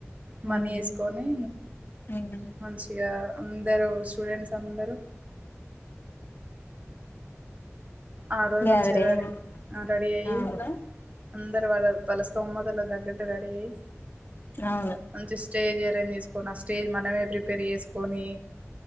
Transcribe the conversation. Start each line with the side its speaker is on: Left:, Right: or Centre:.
Right: మనీ
Left: ఉమ్
Right: వేసుకొని
Left: ఉమ్
Right: మంచిగా అందరూ స్టూడెంట్స్ అందరూ ఆ రోజు
Left: గ్యాదరింగ్
Right: నుంచి రెడీ ఆ రెడీ అయ్యి
Left: అవును
Right: అందరు వాళ్ళ వాళ్ళ స్తోమతల తగ్గటు రెడీ అయ్యి
Left: అవు
Right: మంచి స్టేజ్ అరేంజ్ చేసుకున్న ఆ స్టేజ్ మనమే ప్రిపేర్ చేసు కొని